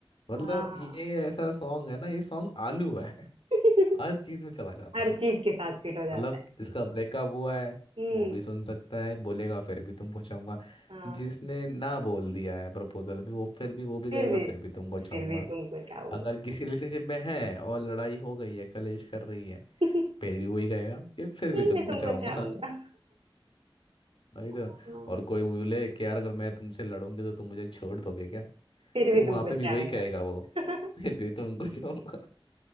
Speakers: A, on the left (about 65°); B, on the right (about 80°).
A: मतलब
B: हाँ
A: ये ऐसा सॉन्ग है ना ये सॉन्ग आलू है
B: <laughs>
A: हर चीज में चला जाता
B: हर
A: है
B: चीज के साथ फिट हो जाता
A: मतलब
B: है
A: जिसका ब्रेकअप हुआ है
B: हम्म
A: वो भी सुन सकता है बोलेगा फिर भी तुमको चाहूंगा
B: हाँ
A: जिसने ना बोल दिया है प्रपोजल भी वो फिर भी वो भी
B: फिर
A: कहेगा
B: भी
A: फिर भी तुमको चाहूंगा
B: फिर भी तुमको चाहूंगा
A: अगर किसी रिलेशनशिप में है और लड़ाई हो गई है कलेश कर रही है
B: <laughs>
A: फिर भी वही कहेगा कि फिर भी
B: फिर
A: तुमको
B: भी तुमको
A: चाहूंगा
B: चाहूंगा
A: <laughs> वही तो
B: हाँ,
A: और कोई बोले कि यार अगर मैं तुमसे लड़ूंगी तो तुम मुझे छोड़ दोगे क्या
B: फिर
A: तो
B: भी
A: वहां
B: तुमको
A: पे भी
B: चाहूंगा
A: वही कहेगा वो
B: <laughs>
A: फिर भी तुमको चाहूंगा